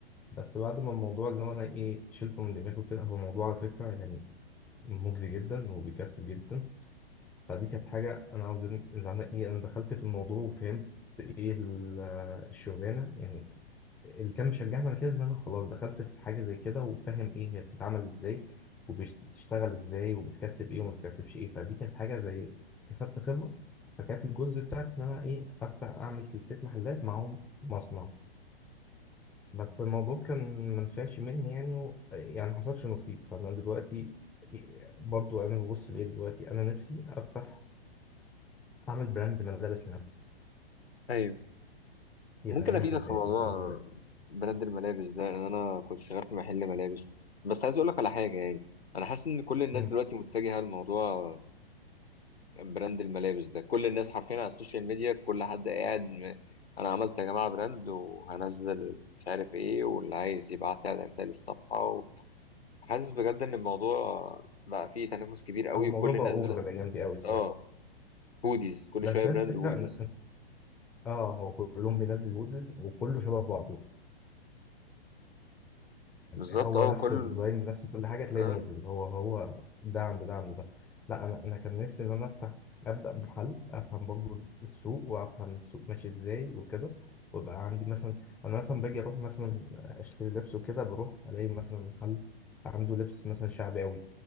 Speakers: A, in the centre; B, on the left.
A: بس بعد ما الموضوع اللي هو انا ايه شلته من دماغي كده هو موضوع على فكره يعني مجزي جدا وبيكسب جدا فدي كانت حاجة أنا عاوز إن إن أنا إيه أنا دخلت في الموضوع وفهمت إيه ال- الشغلانة يعني اللي كان مشجعني على كده إن أنا خلاص دخلت في حاجة زي كده وفاهم إيه هي بتتعمل إزاي وبتشتغل إزاي وبتكسب إيه وما بتكسبش إيه فدي كانت حاجة زي كسبت خبرة فكانت الجزء بتاعتي إن أنا إيه أفتح أعمل سلسلة محلات معاهم مصنع بس الموضوع كان منفعش مني يعني و... يعني ما حصلش نصيب فأنا دلوقتي برضو انا ببص لايه دلوقتي انا نفسي افتح اعمل براند ملابس لنفسي
B: ايوه
A: يبقى
B: ممكن
A: ليا
B: افيدك
A: محلات
B: في موضوع
A: مثلا زي
B: براند الملابس ده لان انا كنت شغال في محل ملابس بس عايز اقول لك على حاجه يعني انا حاسس ان كل الناس
A: مم.
B: دلوقتي متجهه لموضوع براند الملابس ده كل الناس حرفيا على السوشيال ميديا كل حد قاعد م- انا عملت يا جماعه براند وهنزل مش عارف ايه واللي عايز يبعت لي على رسائل الصفحه وحاسس بجد ان الموضوع بقى فيه تنافس كبير قوي
A: او الموضوع
B: وكل
A: بقى
B: الناس
A: اوفر
B: بلا
A: الايام دي قوي الصراحه
B: اه هوديز كل
A: بس
B: شويه براند
A: هي الفكره
B: هوديز
A: ان إن- اه هو كلهم بينزل هودز وكله شبه بعضه
B: بالظبط
A: هو
B: اه
A: نفس
B: كل
A: الديزاين بنفس كل حاجة تلاقي
B: اه
A: نازل هو هو ده عند ده عند ده لا أنا أنا كان نفسي إن أنا أفتح أبدأ بمحل أفهم برضه السوق وأفهم السوق ماشي إزاي وكده ويبقى عندي مثلا أنا مثلا باجي أروح مثلا أشتري لبس وكده بروح ألاقي مثلا محل عنده لبس مثلا شعبي أوي